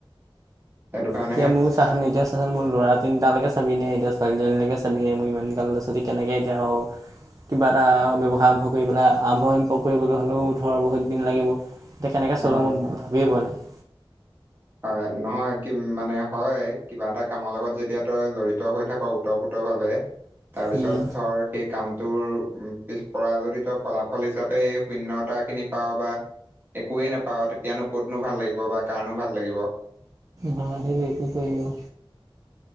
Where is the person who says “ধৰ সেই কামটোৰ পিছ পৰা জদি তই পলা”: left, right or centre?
Right